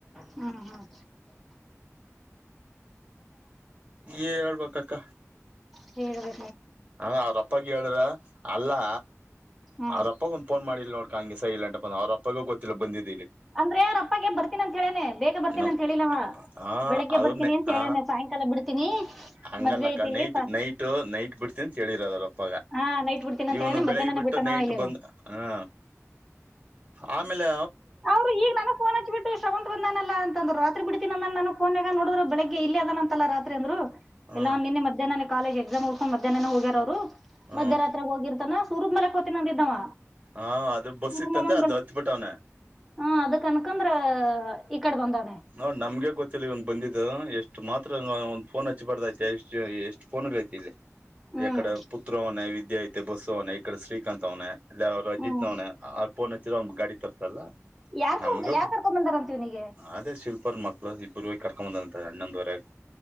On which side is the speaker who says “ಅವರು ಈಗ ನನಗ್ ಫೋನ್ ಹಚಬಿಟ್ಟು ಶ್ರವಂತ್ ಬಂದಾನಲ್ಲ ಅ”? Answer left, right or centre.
Centre